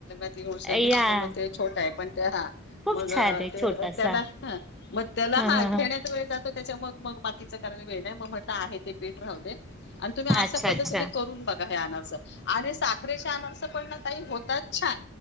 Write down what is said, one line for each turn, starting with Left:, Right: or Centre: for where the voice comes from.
Left: <inaudible> तीन वर्ष झाली
Centre: या
Left: त्याच्यामुळे ते छोटं आहे पण तर हा
Centre: खूप
Left: मग
Centre: छान आहे
Left: -ते
Centre: छोटासा
Left: त्याला मग त्याला
Centre: ह
Left: हा
Centre: ह
Left: घेण्यात
Centre: ह
Left: वेळ जातो त्याच्या मग मग बाकीच <inaudible> वेळ नाही मग म्हंटल आहे ते पीठ राहू दे आणि तुम्ही अशा
Centre: अच्छा
Left: पद्धतीने
Centre: अच्छा.
Left: करून <inaudible> <unintelligible> आणि साखरेच अनारस पण ना ताई होतात छान